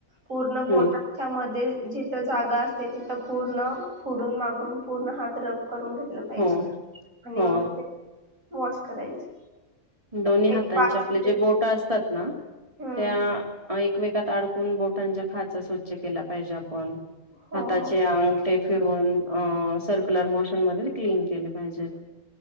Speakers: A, on the right (about 80°); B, on the right (about 25°).
A: पूर्ण पोटाच्या
B: हम्म
A: मध्ये ज जागा असते तिथं पूर्ण फुडून मागून पूर्ण हात रप करून घेतलं पाहिजे
B: हो
A: आणि
B: हो
A: मग ते वॉश करायचे
B: दोन्ही हातांचे
A: एक पाच
B: आपले
A: मिनिट
B: जे बोट असतात ना
A: हम्म
B: त्या एकमेकातड बोट ख स्वचछ केला पाजे आप
A: हो
B: हा अ
A: हो
B: फिरून अ सर्क्युलर मोशन मध्ये क्लीन केले पाहिजेत